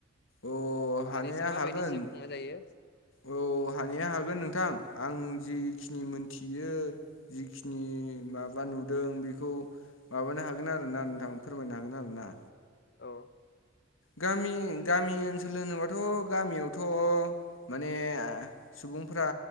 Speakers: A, on the left (about 85°); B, on the left (about 55°).
A: अ
B: बा
A: हानाया
B: नोंसोर माबायदि
A: हागोन,
B: जिउ खुंनाय जायो
A: औ हानाया हागोन नोंथां। आं जिखिनि मोनथियो जिखिनि माबा नुदों बेखौ माबानो हागोन आरो ना नोंथां फोरमायनो हागोन आरो ना।
B: औ
A: गामि गामि ओनसोल होनोबाथ' गामियावथ' माने सुबुंफोरा